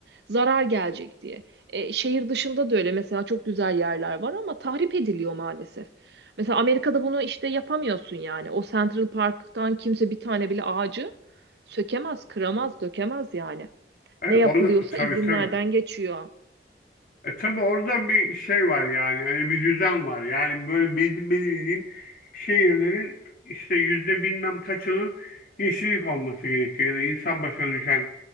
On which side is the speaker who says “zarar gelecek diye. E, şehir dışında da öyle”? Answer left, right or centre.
Right